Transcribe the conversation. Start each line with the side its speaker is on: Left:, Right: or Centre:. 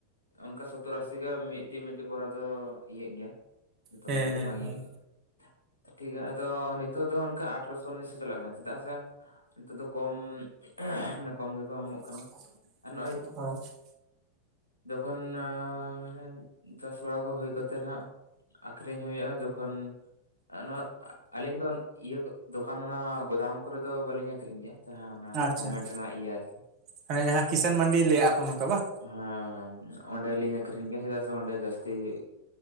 Left: ᱚᱱᱠᱟ ᱥᱚᱛᱛᱚᱨ ᱟᱥᱤ ᱜᱮ ᱢᱤᱫᱴᱤᱡ ᱢᱤᱫᱴᱤᱡ ᱵᱚᱨᱟ ᱫᱚ ᱤᱭᱟᱹᱜ ᱜᱮᱭᱟ ᱡᱚᱛᱚ
Right: ᱦᱮᱸ
Left: ᱵᱚᱨᱟ ᱫᱚ
Right: ᱦᱮᱸ
Left: ᱵᱟᱝ
Right: ᱦᱮᱸ
Left: ᱤᱭᱟᱜ ᱜᱮᱭᱟ ᱟᱫᱚ ᱱᱤᱛᱚᱜ ᱫᱚ ᱚᱱᱠᱟ ᱟᱴᱷᱨᱚᱥᱚ ᱩᱱᱤᱥᱚ ᱪᱟᱞᱟᱜ ᱠᱟᱱᱟ ᱪᱮᱫᱟᱜ ᱥᱮ ᱱᱤᱛᱚᱜ ᱫᱚ ᱠᱚᱢ ᱢᱟᱱᱮ ᱠᱚᱢ ᱜᱮᱠᱚ ᱮᱢᱚᱜ
Right: ᱦᱮ
Left: ᱠᱟᱱᱟ ᱟᱨ ᱱᱚᱜᱼᱚᱭ ᱡᱚᱠᱷᱚᱱ ᱢᱟᱱᱮ ᱪᱟᱥ ᱵᱟᱲᱟ ᱠᱚ ᱦᱩᱭ ᱠᱟᱛᱮᱜ ᱱᱟᱦᱟᱸᱜ ᱟᱠᱷᱨᱤᱧ ᱦᱩᱭᱩᱜᱼᱟ ᱡᱚᱠᱷᱚᱱ ᱱᱚᱣᱟ ᱟᱹᱞᱤᱧ ᱫᱚ ᱤᱭᱟᱹ ᱫᱚᱠᱟᱱ ᱚᱱᱟ ᱜᱩᱫᱟᱢ ᱠᱚᱨᱮ ᱫᱚ ᱵᱟᱹᱞᱤᱧ ᱟᱠᱷᱨᱤᱧ ᱜᱮᱭᱟ ᱡᱟᱦᱟᱸ ᱚᱱᱟ ᱜᱚᱵᱷᱢᱮᱱᱴ
Right: ᱟᱪᱪᱷᱟ
Left: ᱨᱮᱱᱟᱜ ᱤᱭᱟᱹ ᱟᱨᱠᱤ
Right: ᱡᱟᱦᱟᱸ ᱠᱤᱥᱟᱱ ᱢᱟᱱᱰᱤ ᱞᱟᱹᱭ ᱮᱫᱟᱠ ᱠᱚ ᱱᱚᱝᱠᱟ ᱵᱟᱝ
Left: ᱦᱮᱸ ᱦᱮᱸ ᱚᱸᱰᱮᱞᱤᱧ ᱟᱠᱷᱨᱤᱧ ᱜᱮᱭᱟ ᱪᱮᱫᱟᱜ ᱥᱮ ᱚᱸᱰᱮ ᱡᱟᱹᱥᱛᱤ ᱜᱤ